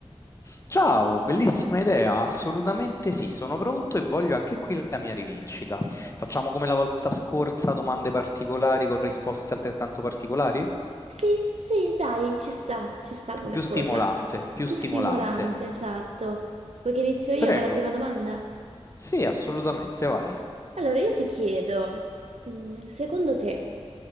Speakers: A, on the left (about 30°); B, on the right (about 80°).
A: Ciao, bellissima idea, assolutamente sì, sono pronto e voglio anche qui la mia rivincita. Facciamo come la volta scorsa, domande particolari con risposte altrettanto particolari?
B: Sì, sì, dai, ci sta, ci sta come
A: Più
B: cosa.
A: stimolante, più
B: Più
A: stimolante.
B: stimolante, esatto. Vuoi che inizio io
A: Prego.
B: con la prima domanda?
A: Sì, assolutamente, vai.
B: Allora, io ti chiedo, mm, secondo te,